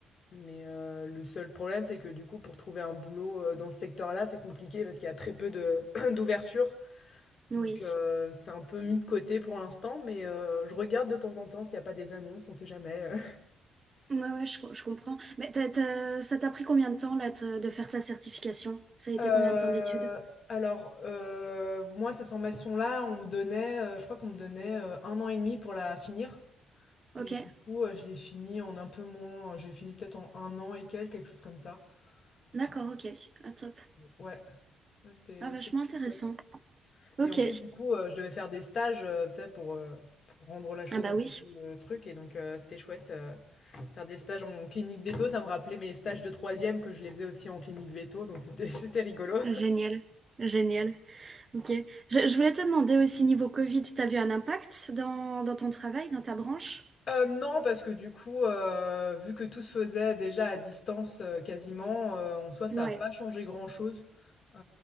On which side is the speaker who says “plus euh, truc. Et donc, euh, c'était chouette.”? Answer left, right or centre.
Left